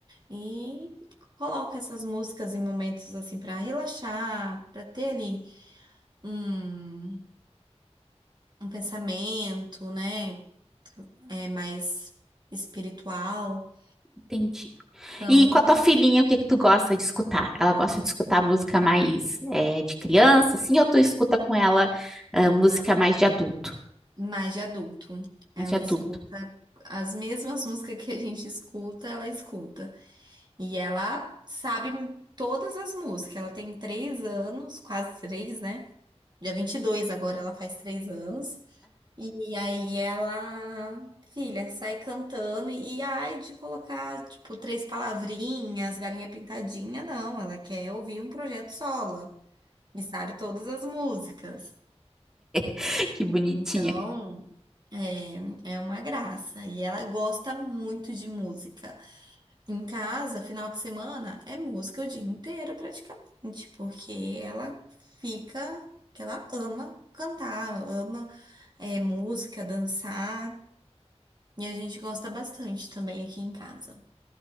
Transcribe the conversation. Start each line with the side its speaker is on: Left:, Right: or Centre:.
Right: E coloca essas músicas em momentos assim para relaxar, para ter ali um, um pensamento, né? É mais espiritual.
Centre: Entendi.
Right: Então,
Centre: E com a tua filhinha, o que que tu gosta de escutar? Ela gosta de escutar música mais é, de criança, assim, ou tu escuta com ela ah, música
Right: não,
Centre: mais de adulto?
Right: mais de adulto. Ela
Centre: Mais de adulto.
Right: escuta as mesmas músicas que a gente escuta, ela escuta. E ela sabe todas as músicas. Ela tem três anos, quase três, né? Dia 22 agora ela faz três anos. E aí ela, filha, sai cantando e, e, ai de colocar, tipo, três palavrinhas, galinha pintadinha, não. Ela quer ouvir um projeto solo e sabe todas as músicas.
Centre: <laughs> Que bonitinha.
Right: Então, é, é uma graça. E ela gosta muito de música. Em casa, final de semana, é música o dia inteiro praticamente, porque ela fica, que ela ama cantar, ama, é, música, dançar. E a gente gosta bastante também aqui em casa.